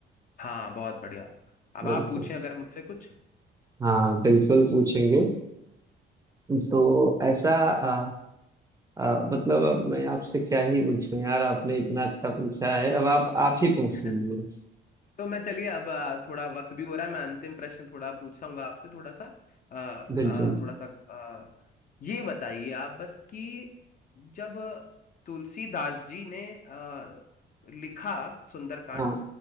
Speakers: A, on the left (about 45°); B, on the right (about 15°).
A: हाँ बहुत बढ़िया अब
B: बिल्कुल
A: आप पूछें अगर मुझसे कुछ
B: हाँ बिल्कुल पूछेंगे तो ऐसा आ, मतलब अब मैं आपसे क्या ही पूछूं यार आपने इतना अच्छा पूछा है अब आप आप ही पूछ
A: <laughs>
B: लीजिए
A: तो मैं चलिए अब अ, थोड़ा वक्त भी हो रहा है मैं अंतिम प्रश्न थोड़ा पूछूंगा आपसे थोड़ा सा अ, अ,
B: बिल्कुल
A: थोड़ा सा अ, ये बताइए आप बस कि जब तुलसीदास जी ने अ, लिखा सुंदरकांड
B: हाँ